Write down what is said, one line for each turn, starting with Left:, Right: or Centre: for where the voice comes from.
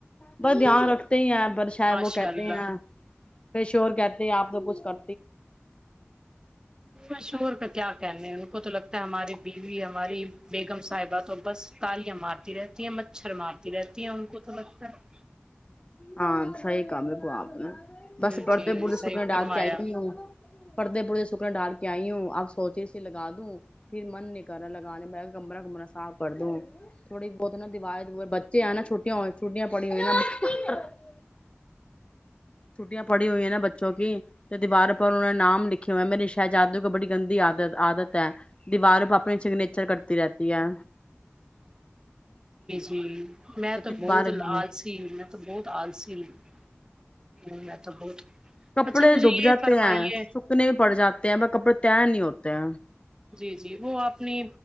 Left: بس دھیان رکھتے ہی ہیں رشا
Right: ماشاء
Left: وہ کہتے
Right: اللہ
Left: ہیں پ شور کہتے آ تو کچھ کر
Right: مشہور کا کیا کہنے ان کو تو لگتا ہے ہماری بیوی ہماری بیگم صاحبہ تو بس تالیاں مارتی رہتی ہیں مچھر مارتی رہتی ہے ان کو تو لگتا ہے
Left: ہاں سائ <unintelligible> کام کو آپ نے
Right: ہے
Left: بس پرد
Right: جی
Left: پد
Right: صحیح
Left: سکنے
Right: فرمایا
Left: ڈال کے آئی ہووں پرتے پڑتے سکنے ڈال کے کیائی ہوں آپ سوچے سے لگا دوں پھر من نہیں کر رہا لگانے میں کمرا کمر صاف کر دوں تھوڑی بہت نا دیوار بچے ہیں نا چھٹیاں چھٹیاںڑی ہوئی نا ہاں <unintelligible> چھٹٹیں پڑی ہوئی ہیں ن بچے جوونک دیوار پر انہوں نے نام لکھے ہوئے ہیں میر نے شاہ جادو کو بڑی گندی عادت عادت دیوار اپنے سگنیر ر کرتی رہتی ہے
Right: ہوں میں
Left: پھر
Right: تو بہت
Left: بار
Right: لالسیی
Left: ہاں
Right: تو بہت آلسی ہوں میں تو بہت
Left: کپڑے
Right: اچھا مجھے
Left: دب
Right: یہ
Left: جاتے
Right: فرمائیے
Left: ہیں سکنے پڑ جاتے ہیں ب کپڑے تیر نہیں ہوتے تا
Right: جی جی وہ آپ نے